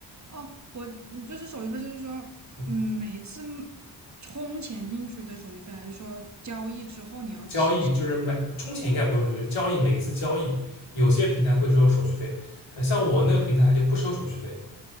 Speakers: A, on the right; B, on the left.
A: 哦，我你就是手续费，就是说，
B: 嗯，
A: 嗯，每一次充钱进去的手续费，还是说交易之后你要提
B: 交易就是买充钱应该不用就是交易每一次交易有些平台会收手续费，呃，像我那个平台就不收手续费。